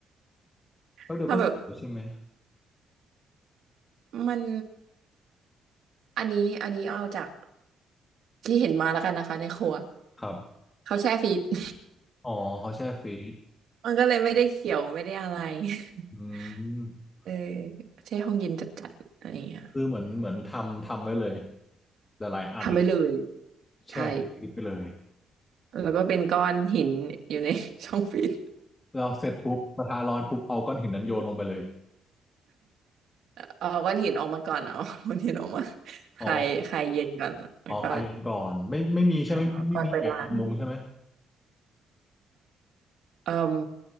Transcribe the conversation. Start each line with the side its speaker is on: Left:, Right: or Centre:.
Right: <laughs>
Left: แป๊บเดียวก็เสร็จแล้วใช่ไหม
Right: ถ้าแบบมันอันนี้อันนี้เอาจากที่เห็นมาแล้วกันนะคะในครัว
Left: ครับ
Right: เขาแช่ฟรีซ <laughs>
Left: อ๋อเขาแช่ฟรีซ
Right: มันก็เลยไม่ได้เขียวไม่ได้อะไร <laughs>
Left: อืม
Right: เออแช่ห้องเย็นจัดๆอะไรอย่างเงี้ย
Left: คือเหมือนเหมือนทำ ทำไว้เลยหลายๆอัน
Right: ทำไปเลย
Left: แช่ฟรีซไปเลย
Right: ใช่แล้วก็เป็นก้อนหินอยู่ใน <laughs> ช่องฟรีซ
Left: เราเสร็จปุ๊บกระทะร้อนปุ๊บเอาก้อนหินนั้นโยนลงไปเลย
Right: เอาก้อนหินออกมาก่อนเอา <laughs> ก้อนหินออกมา
Left: อ๋อ
Right: คลายคลายเย็นก่อนแล้วก็
Left: อ๋อคาเย็นก่อน ไม่ไม่มีใช่ไหมไม่ไม่มีแอบลงใช่ไหม
Right: เอ๋อก่อนไปร้านเอ่อ